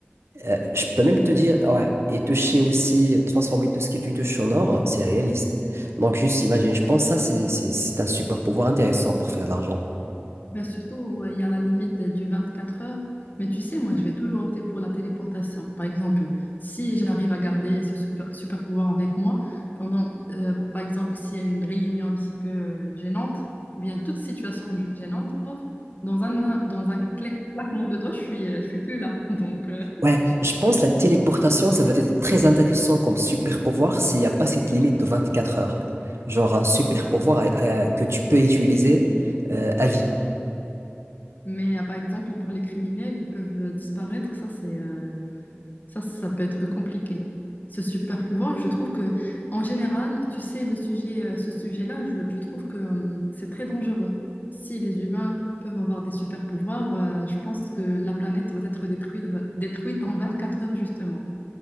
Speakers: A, on the right (about 75°); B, on the left (about 45°).
A: Euh, je peux même te dire, ouais, et toucher aussi, transformer tout ce qui tu touches en or, c'est réaliste. Donc, juste imagine, je pense que ça, c'est c'est- c'est un super pouvoir intéressant pour faire de l'argent.
B: Ben, surtout, ouais, il y a la limite euh, du quatre heures. Mais tu sais, moi, je vais toujours opter pour la téléportation. Par exemple, si j'arrive à garder ce super, super pouvoir avec moi, pendant, euh, par exemple, s'il y a une réunion un petit peu euh, gênante, ou bien toute situation g- gênante, hop, dans un, dans un cla- claquement de doigts, je suis, euh, je suis plus là. Donc, euh,
A: Ouais, je pense la téléportation, ça va être très intéressant comme super pouvoir s'il n'y a pas cette limite de 24 heures. Genre un super pouvoir euh, que tu peux utiliser euh, à vie.
B: mais euh, par exemple, pour les criminels, ils peuvent euh, disparaître. Ça, c'est, euh, Ça, ça peut être compliqué. Ce super pouvoir, je trouve que, en général, tu sais, le sujet, euh, ce sujet-là, je, je trouve que euh, c'est très dangereux. Si les humains peuvent avoir des super pouvoirs, euh, je pense que la planète va être détruite, détruite en quatre heures, justement.